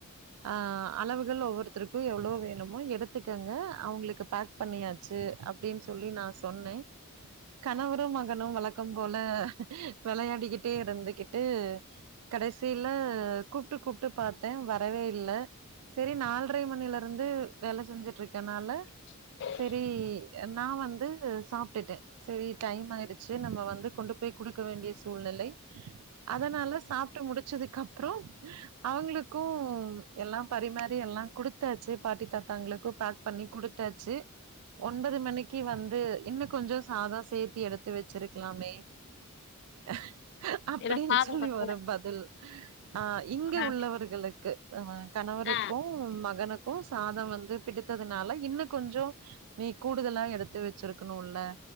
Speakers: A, on the right (about 75°); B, on the left (about 50°).
A: ஆ அளவுகள் ஒவ்வொருத்தருக்கு எவ்ளோ வேணுமோ எடுத்துக்கங்க அவுங்களுக்கு பேக் பண்ணியா ச்சு அப்டின் சொல்லி நா சொன்னே கணவரு மகனு வழக்கம் போல வெளயாடிக்கிட்டே இருந்துகிட்டு கடைசில கூப்ட்டு கூப்ட்டு பாத்தே வரவே இல்ல செரி நால்ட்ரை மணிலருந்து வேல செஞ்சுட்ருக்கன்னால
B: <unintelligible>
A: செரி நா வந்து சாப்ட்டுட்டே செரி டைம்மாய்டுச்சு நம்ப வந்து கொண்டு போய் குடுக்க வேண்டிய சூழ்நிலை அதனால சாப்ட்டு முடிச்சதுக்கப்றோ அவுங்ளுக்கு எல்லா பரிமாறி எல்லா குடுத்தாச்சு பாட்டி தாத்தாங்ளுக்கு பேக் பண்ணி குடுத்தாச்சு ஒன்பது மணிக்கி வந்து இன்னு கொஞ்சோ சாதோ சேத்தி எடுத்து வச்சிருக்லாமே அ அப்டின்
B: ஏன்னா சாதோ
A: சொல்லி
B: பத்தல
A: ஒரு பதில் ஆ இங்க
B: ஆ
A: உள்ளவர்களுக்கு ஆ கணவருக்கு
B: ஆ
A: மகனுக்கு சாதோ வந்து பிடித்ததுனால இன்னு கொஞ்சோ நீ கூடுதலா எடுத்து வச்சிருக்கணுல